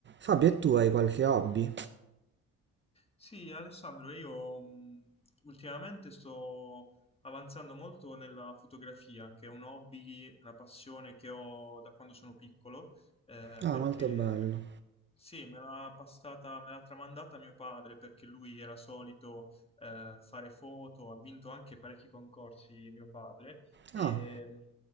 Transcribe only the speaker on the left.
Sì, Alessandro, io mh, ultimamente sto avanzando molto nella fotografia, che è un hobby, una passione che ho da quando sono piccolo, eh,
perché
sì, me l'ha passata, me l'ha tramandata mio padre, perché lui era solito eh, fare foto, ha vinto anche parecchi concorsi mio padre, e
mh,